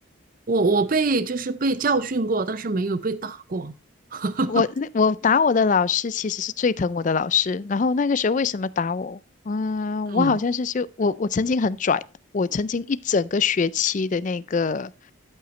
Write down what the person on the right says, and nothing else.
我我被就是被教训过，但是没有被打过。<laughs>
嗯